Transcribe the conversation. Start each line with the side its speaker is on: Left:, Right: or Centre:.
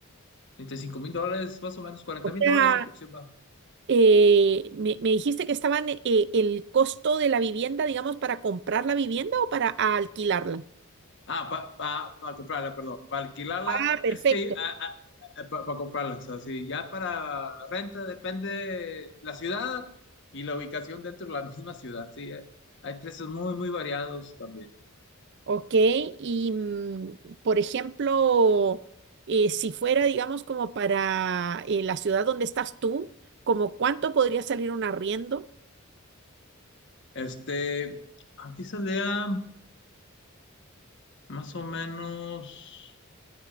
Left: treinta y cinco mil dólares, más o menos cuarenta
Right: O
Left: mil
Right: sea,
Left: dólares aproximadamente.
Right: eh, me, me dijiste que estaban eh, el costo de la vivienda, digamos, para comprar la vivienda o para alquilarla.
Left: Ah, para pa, pa pa comprarla, perdón, para alquilarla,
Right: Ah, perfecto.
Left: es que para comprarla, o sea, sí, ya para renta depende la ciudad y la ubicación dentro de la <laughs> misma ciudad, sí, eh, hay precios muy, muy variados también.
Right: Ok, y mm, por ejemplo, eh, si fuera, digamos, como para eh, la ciudad donde estás tú, ¿como cuánto podría salir un arriendo
Left: Este, aquí salía más o menos.